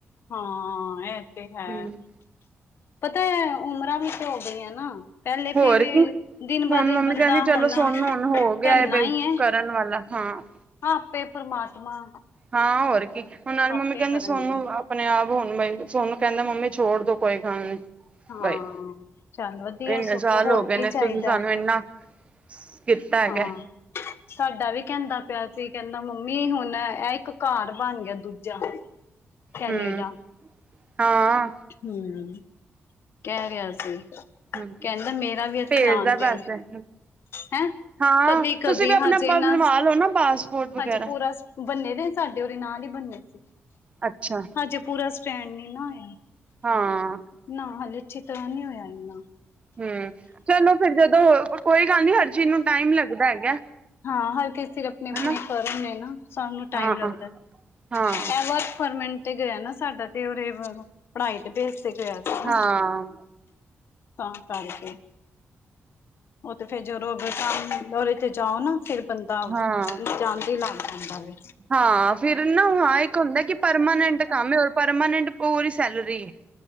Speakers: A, on the left (about 65°); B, on the right (about 25°).
A: ਹਾਂ, ਇਹ ਤੇ ਹੈ।
B: ਹੂੰ
A: ਪਤਾ ਹੈ, ਉਮਰਾਂ ਵੀ ਤੇ ਹੋ ਗਈਆਂ ਨਾ। ਪਹਿਲੇ ਫੇਰ
B: ਹੋਰ
A: ਵੀ
B: ਕੀ।
A: ਦਿਨ ਬ
B: ਹੁਣ
A: ਦਿਨ
B: ਮੰਮੀ
A: ਬੰਦਾ
B: ਕਹਿੰਦੀ ਚਲੋ
A: ਹੁਣ
B: ਸੋਨੂੰ ਹੁਣ ਹੋ
A: ਢਲਣਾ
B: ਗਿਆ ਹੈ ਬਈ
A: ਹੀ
B: ਕਰਨ ਵਾਲਾ। ਹਮ
A: ਆਪੇ ਪਰਮਾਤਮਾ,
B: ਹਾਂ ਹੋਰ ਕੀ। ਹੁਣ ਨਾਲੇ ਮੰਮੀ
A: ਆਪੇ
B: ਕਹਿੰਦੀ
A: ਕਰਨਗੇ
B: ਸੋਨੂੰ ਆਪ, ਆਪਣੇ ਆਪ ਹੁਣ ਬਈ। ਸੋਨੂੰ ਕਹਿੰਦਾ ਮੰਮੀ ਛੋੜ ਦੋ ਕੋਈ ਗੱਲ ਨੀ।
A: ਹਾਂ
B: ਬਾਈ,
A: ਚੱਲ ਵਧੀਆ
B: ਇੰਨੇ
A: ਸਗੋਂ
B: ਸਾਲ
A: ਹੋਰ
B: ਹੋ ਗਏ
A: ਕੀ
B: ਨੇ
A: ਚਾਹੀਦਾ
B: ਤੁਸੀਂ ਸਾਨੂੰ ਇੰਨਾ, ਕੀਤਾ ਹੈਗਾ
A: ਹਾਂ! ਸਾਡਾ ਵੀ ਕਹਿੰਦਾ ਪਿਆ ਸੀ। ਕਹਿੰਦਾ ਮੰਮੀ ਹੁਣ ਇਹ ਇੱਕ ਘਰ ਬਣ ਗਿਆ ਦੂਜਾ। ਕੈਨੇਡਾ,
B: ਹੂੰ ਹਾਂ
A: ਹਮ। ਕਹਿ ਰਿਹਾ ਸੀ।
B: ਹੂੰ
A: ਕਹਿੰਦਾ ਮੇਰਾ ਵੀ ਇੱਥੇ
B: ਭੇਜਦਾ
A: ਆਣ ਤੇ,
B: ਪੈਸੇ
A: ਹੈਂ।
B: ਹਾਂ
A: ਕਦੀ-ਕਦੀ
B: ਤੁਸੀਂ ਵੀ ਆਪਣਾ
A: ਹਜੇਨਾ
B: ਬਣਵਾ ਲਓ ਨਾ ਪਾਸਪੋਰਟ ਵਗੈਰਾ
A: ਅੱਜ ਪੂਰਾ ਸ ਬੰਨੇ ਦੇ ਸਾਡੇ ਉਹਦੇ ਨਾਲ ਹੀ ਬੰਨੇ
B: ਅੱਛਾ
A: ਹਜੇ ਪੂਰਾ ਸ ਸਟੈਂਡ ਨੀ ਨਾ ਹੋਇਆ।
B: ਹਾਂ।
A: ਨਾ ਹਲੇ ਅੱਛੀ ਤਰ੍ਹਾਂ ਨਹੀਂ ਹੋਇਆ ਇਹਨਾ।
B: ਹਮ, ਚਲੋ ਫਿਰ ਜਦੋਂ ਕੋਈ ਗੱਲ ਨੀ ਹਰ ਚੀਜ਼ ਨੂੰ ਟਾਈਮ ਲੱਗਦਾ ਹੈਗਾ।
A: ਹਾਂ ਹਰ ਕਿਸ ਸਿਰ ਆਪਣੇ -ਆਪਣੇ
B: ਹਨਾ
A: ਕਰਮ ਨੇ ਨਾ ਸਭ ਨੂੰ ਟਾਈਮ
B: ਹਾਂ
A: ਲੱਗਦਾ।
B: ਹਾਂ
A: ਇਹ ਵਰਕ ਫਰਮਟ ਤੇ ਗਿਆ ਨਾ ਸਾਡਾ ਤੇ ਉਰੇ ਪੜ੍ਹਾਈ ਤੇ ਬੇਸ ਤੇ ਗਿਆ। ਸੀ ਨਾ
B: ਹਾਂ।
A: ਤਾਂ ਕਰਕੇ, ਉਹ ਤੇ ਫੇਰ ਜਦੋਂ ਦਰੇ ਤੇ ਉਹ ਤੇ ਜਾਓ ਨਾ ਫਿਰ ਬੰਦਾ
B: ਹਾਂ
A: ਨ ਜਾਂਦੇ ਹੀ ਲੱਗ ਜਾਂਦਾ ਵੇ।
B: ਹਾਂ। ਫਿਰ ਨਾ ਹਾਂ। ਇੱਕ ਹੁੰਦਾ ਕਿ ਪਰਮਾਨੈਂਟ ਕੰਮ ਹੈ ਪਰਮਾਨੈਂਟ ਪੂਰੀ ਸੈਲਰੀ ਹੈ।